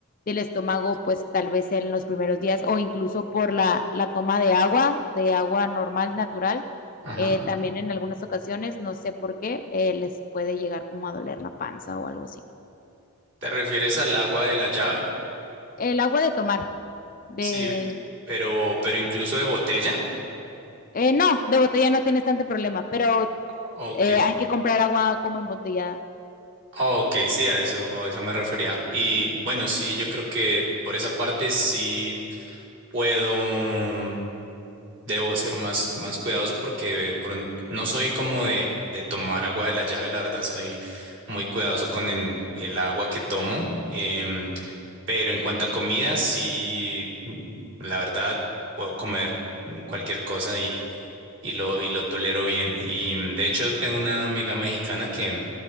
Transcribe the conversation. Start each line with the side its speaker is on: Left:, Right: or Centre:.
Left: del estómago pues tal vez en los primeros días o incluso por la, la toma de agua, de agua normal, natural
Right: Ajá.
Left: eh, también en algunas ocasiones, no sé por qué, eh, les puede llegar como a doler la panza o algo así.
Right: ¿Te refieres al agua de la llave?
Left: El agua de tomar, de...
Right: Sí, pero, pero incluso de botella.
Left: eh, no, de botella no tienes tanto problema, pero
Right: Ok.
Left: eh, hay que comprar agua como embotellada.
Right: Oh, Ok, sí, a eso, a eso me refería. Y bueno, sí, yo creo que por esa parte sí puedo, mm, debo ser más, más cuidadoso porque de pron- no soy como de, de tomar agua de la llave, la verdad soy muy cuidadoso con el, el agua que tomo. em, pero en cuanto a comida, sí, mm, la verdad puedo comer mm, cualquier cosa y lo, y lo tolero bien. Y mm, de hecho tengo una amiga mexicana que